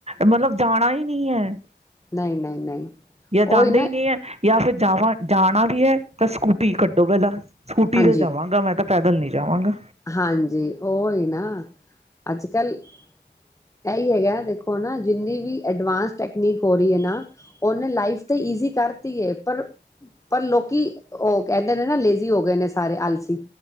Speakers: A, on the right; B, on the left.
A: ਮਤਲਬ ਜਾਣਾ ਹੀ ਨੀ ਹੈ। <unintelligible>
B: ਨਹੀਂ-ਨਹੀਂ-ਨਹੀਂ
A: ਜਾਂ ਜਾਂਦੇ
B: ਔਹੀ ਨਾ
A: ਹੀ ਨਹੀਂ ਹੈ ਜਾਂ ਫਿਰ ਜਾਵਾਂ ਜਾਣਾ ਵੀ ਹੈ ਤਾਂ ਸਕੂਟੀ ਕੱਢੋ ਪਹਿਲਾਂ ਸਕੂਟੀ
B: ਹਾਂਜੀ,
A: ਤੇ ਜਾਵਾਂਗਾ ਮੈਂ ਤਾਂ ਪੈਦਲ ਨੀ ਜਾਵਾਂਗਾ।
B: ਹਾਂਜੀ ਉਹ ਹੀ ਨਾ ਅੱਜ-ਕੱਲ੍ਹ, ਇਹੀ ਹੈਗਾ ਨਾ ਦੇਖੋ ਨਾ ਜਿੰਨੀ ਵੀ ਅਡਵਾਂਸ ਟੈਕਨੀਕ ਹੋ ਰਹੀ ਹੈ ਨਾ ਉਹਨੇ ਲਾਈਫ ਤੇ ਈਜ਼ੀ ਕਰਤੀ ਹੈ ਪਰ ਪਰ ਲੋਕੀ ਉਹ ਕਹਿੰਦੇ ਨੇ ਨਾ ਲੇਜ਼ੀ ਹੋ ਗਏ ਨੇ ਸਾਰੇ ਆਲਸੀ